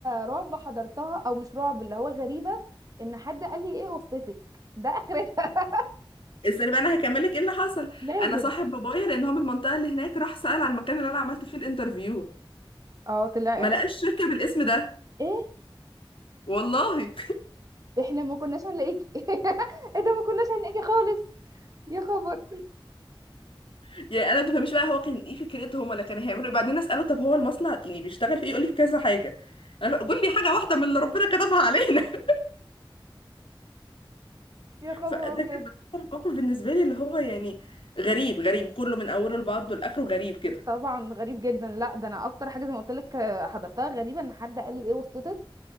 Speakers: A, on the right (about 40°); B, on the left (about 75°).
A: رعب حضرتها او مش رعب اللي هو غريبه ان حد قال لي ايه وسطتك ده اخرتها
B: استني بقى انا هكمل لك ايه اللي حصل
A: <laughs> لازم
B: انا صاحب بابايا لان هو من المنطقه اللي هناك راح سال على المكان اللي انا عملت فيه الانترفيو
A: اه طلع
B: ما لقاش شركه بالاسم ده
A: ايه
B: والله
A: احنا ما كناش هنلاقيكي <laughs> ايه ده ما كناش هنلاقيكي خالص يا خبر
B: <laughs> يعني انا ما تفهميش بقى هو كان ايه فكرتهم ولا كان هيعملوا ايه بعدين اساله طب هو المصنع يعني بيشتغل في ايه يقول لي في كذا حاجه انا قول لي حاجه واحده من اللي ربنا كتبها علينا <laughs>
A: يا خبر
B: فده
A: ابيض
B: كان أكتر موقف بالنسبه لي اللي هو يعني غريب غريب كله من اوله لبعضه لاخره غريب كده
A: طبعا غريب جدا لا ده انا اكتر حاجه زي ما قلت لك حضرتها غريبه ان حد قال لي ايه وسطتك